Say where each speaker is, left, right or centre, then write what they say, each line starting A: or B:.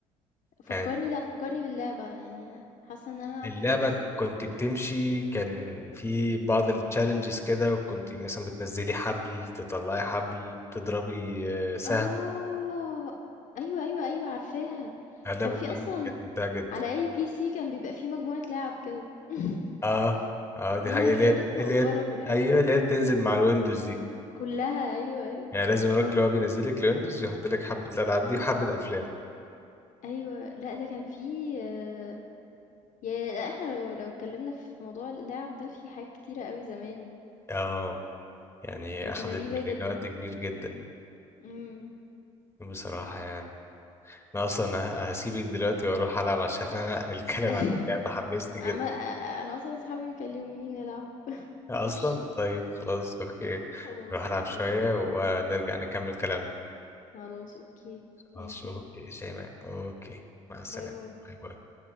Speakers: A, on the left (about 55°); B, on the left (about 15°).
A: فكرني
B: كانت
A: لا فكرني باللعبه يعني حاسه ان انا عارفه
B: اللعبة
A: الاسم
B: كنت بتمشي كان في بعض التشالنجز كده كنت مثلا بتنزلي حبل تطلعي حبل تضربي آه، سهم
A: اه ايوه ايوه ايوه عارفاها
B: اللعبة
A: وكان في
B: دي
A: اصلا
B: كانت ممتعة جدا
A: على اي بي سي كان بيبقى في مجموعه لعب كده <laughs>
B: اه اه دي
A: منها
B: حقيقة
A: ازاي
B: اللي هي
A: تخنق
B: اللي هي
A: جارك والحاجات
B: ايوه
A: دي
B: اللي هي بتنزل مع الويندوز دي
A: كلها ايوه ايوه
B: يعني لازم الراجل اللي هو بينزلك الويندوز يحط لك حبة الألعاب دي وحبة أفلام
A: ايوه لا ده كان في آه، يا لا احنا لو لو اتكلمنا في موضوع اللعب ده في حاجات كتيره قوي زمان
B: اه يعني
A: كانت
B: أخدت
A: غريبة
B: مننا
A: جدًا.
B: وقت كبير جدا
A: إمم.
B: بصراحة يعني أنا أصلا ه- هسيبك دلوقتي وأروح ألعب عشان أنا <laughs> الكلام
A: <laughs>
B: عن اللعبة حمسني جدا
A: عم أنا أصلًا صحابي بيكلموني نلعب. <laughs>
B: اصلا
A: ماشي،
B: طيب خلاص اوكي
A: خلاص
B: نروح العب
A: أوكي،
B: شوية ونرجع نكمل كلامنا
A: خلاص أوكي،
B: خلاص
A: ماشي
B: اوكي
A: يا عمر،
B: شيماء اوكي مع السلامة
A: باي، باي.
B: باي باي